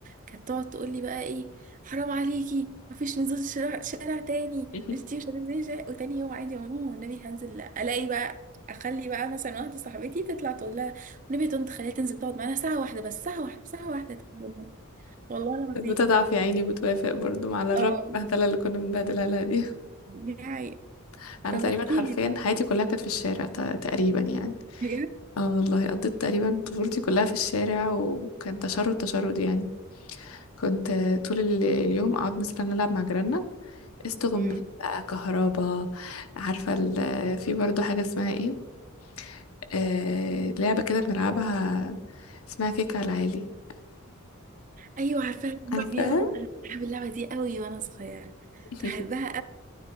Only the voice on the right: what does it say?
كانت تقعد تقول لي بقى ايه حرام عليكي مفيش نزول شارع شارع تاني
انتي مش هتنزلي شارع وتاني يوم عادي يا ماما والنبي هنزل لا الاقي بقى اخلي بقى مثلا واحده صاحبتي تطلع تقول لها والنبي يا طنط خليها تنزل تقعد معانا ساعه واحده بس ساعه واحده ساعه واحده تنزل. والله العظيم
اه
دي حقيقة
طب
احكي
لي بقى
بجد
امم
ايوه عارفاها يا نهار
ابيض انا كنت بحب اللعبه دي قوي وانا صغيره
بحبها